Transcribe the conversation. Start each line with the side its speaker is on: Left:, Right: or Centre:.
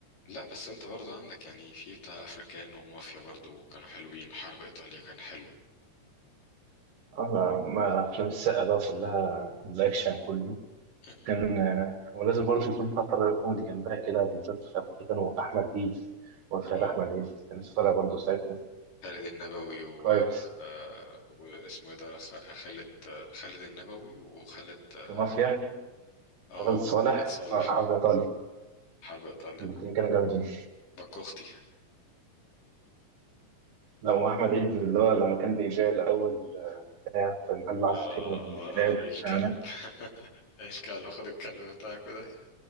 Left: لا بس انت برضه عندك يعني في بتاع افريكانو ومافيا برضه كانوا حلوين حرب ايطاليا كان حلو
Right: أنا ما أفلام السقا بقى كلها الأكشن كله
Left: مهم.
Right: كان كان لازم برضه يكون فترة كوميدي جنبها كده بالذات في أفريقيا كانوا أحمد عيد وفرح
Left: اه
Right: أحمد عيد كان لسه طالع برضه ساعتها
Left: خالد النبوي و
Right: كويس
Left: آه، واسمه ايه ده خ- خالد خالد النبوي وخالد اه
Right: في مافيا
Left: آه،
Right: خالد
Left: خالد
Right: صالح
Left: صالح
Right: في أصحاب إيطالي
Left: حرب ايطاليا
Right: الاثنين كانوا جامدين
Left: بكوختي
Right: لا وأحمد عيد اللي هو لما كان بيبيع الأول بتاع في محل العصافير
Left: اه
Right: والكلاب
Left: آه، آه، الكلب
Right: أنا
Left: <laughs> الكلب خد الكلب بتاعك ده